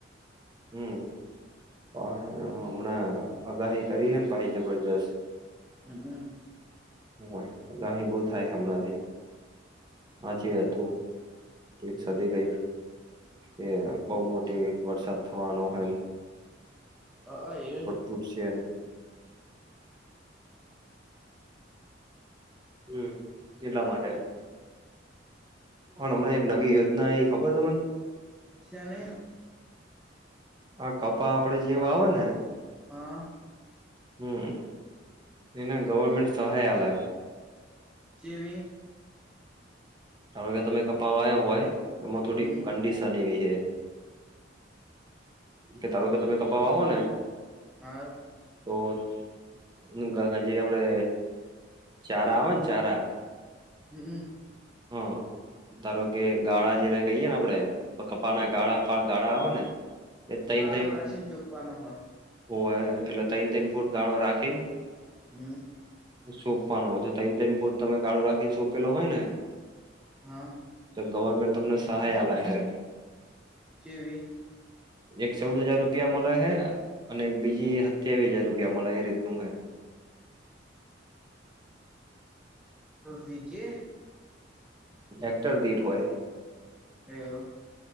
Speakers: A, on the right; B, in the centre.
A: હમ્મ <unintelligible> હમણાં આગાહી કરી હે ન પાહી જબરજસ્ત
B: હમ્મ અ
A: હોવે અગાહી બહું થાય હમણાંથી
B: હમ
A: હાચી વાતો <unintelligible> એ બહુ મોટી વરસાદ થવાનો હોય.
B: <inaudible> પણ
A: તૂટશે ને હમ્મ એટલા માટે પણ હમણા એક નવી યોજના આવી ખબર તમને?
B: શેની?
A: આ કપા આપડે જે વાવો ને
B: હા
A: હમ્મ એન ગવર્મેન્ટ સહાય આલે
B: ચેવી?
A: હવે તમે કપા વાઈવો હોય <unintelligible>
B: હમ
A: સારી એવી હે કે ધારો કે તમે કપા વાવો ને
B: હા
A: તો <unintelligible> જે આપડે ચારા આવે ને ચારા
B: હમ્મ
A: હા ધારો કે ગાળા જેને કહીયે ને આપણેે કપાના ગાળા પણ ગાળા આવે ને એ તન
B: ગાળો
A: તન
B: રાખીને ચોપવાનો હોય
A: હોવે એટલે તૈન તન ફૂટ ગાળો રાખીને
B: હમ
A: સોંપવાનો હોય, તન તન ફૂટ ગાળો રાખીને સોંપેલો હોય ને.
B: હા.
A: તો ગવર્મેન્ટ તમને સહાય આલે હે.
B: ચેવી.
A: એક ચૌદ હજાર રૂપિયા મળે હે, અને એક બીજી હત્યાવી હજાર રૂપિયા મળે એ, રીતનું હે.
B: વિધે
A: હેક્ટર દીઠ હોય.
B: એવુ.